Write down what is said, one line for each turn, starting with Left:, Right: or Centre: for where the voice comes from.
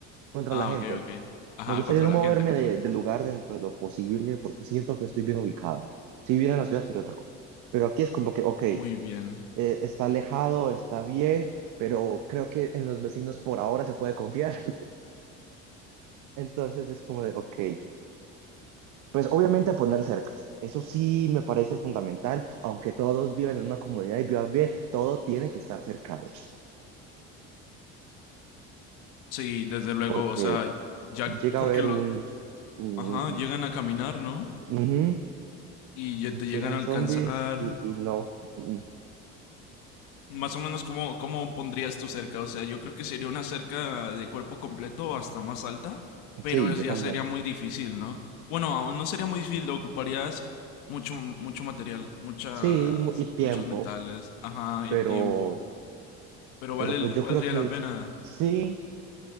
Right: contra
Left: Ah,
Right: la gente.
Left: ok, ok. Ajá,
Right: Me gustaría
Left: contra
Right: no
Left: la
Right: moverme
Left: gente, contra
Right: de-
Left: la gente.
Right: del lugar dentro de lo posible porque siento que estoy bien ubicado. Si viviera en la ciudad sería otra cosa. Pero aquí es como que, ok.
Left: Muy bien.
Right: eh, está alejado, está bien, pero creo que en los vecinos por ahora se puede confiar. <laughs> Entonces es como de, ok, pues obviamente poner cercas. Eso sí me parece fundamental, aunque todos vivan en una comunidad y vivan bien, todo tiene que estar cercado,
Left: Sí, desde luego,
Right: porque
Left: o sea, ya
Right: llega
Left: porque
Right: a haber
Left: los,
Right: un... un-
Left: ajá, llegan a caminar, ¿no?
Right: un-
Left: Y ya
Right: ujú,
Left: te
Right: llegan
Left: llegan a alcanzar.
Right: zombies y, y no. mm,
Left: Más o menos, ¿cómo, cómo pondrías tu cerca? O sea, yo creo que sería una cerca de cuerpo completo o hasta más alta, pero
Right: Sí,
Left: es-
Right: yo
Left: ya
Right: también.
Left: sería muy difícil, ¿no? Bueno, aún no sería muy difícil, ocuparías mucho, mucho material, muchas,
Right: Sí, y, mu- y tiempo,
Left: muchos metales, ajá, y
Right: pero,
Left: tiempo, pero
Right: pero
Left: vale, el-
Right: pues yo
Left: valdría
Right: creo que
Left: la pena.
Right: sí,